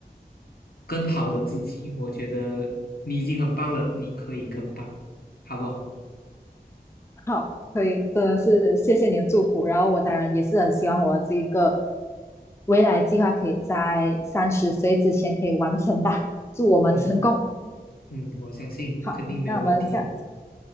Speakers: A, on the left (about 65°); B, on the left (about 15°).
A: 更好的自己，我觉得你已经很棒了，你可以更棒，好不好？
B: 好，所以真的是谢谢你的祝福，然后我当然也是很希望我这一个未来计划可以在三十岁之前可以完成吧，祝我们成功。
A: 嗯嗯，我相信肯定没有问题的。
B: 好，那我们下